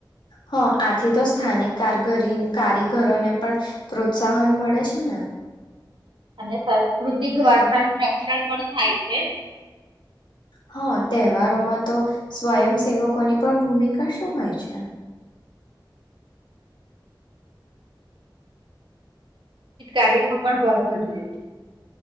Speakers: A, on the left; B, on the right.
A: હા આથી તો સ્થાનિકરી કારીગરોને પણ પ્રોત્સાહન મળે છે ને
B: અને સાંસ્કૃતિક વારસા નું રક્ષણ પણ થાય છે.
A: હા તહેવારોમાં તો સ્વયંસેવકોની પણ ભૂમિકા શું હોય છે?
B: કાર્યો ન પણ ભાવ ભજવે છે.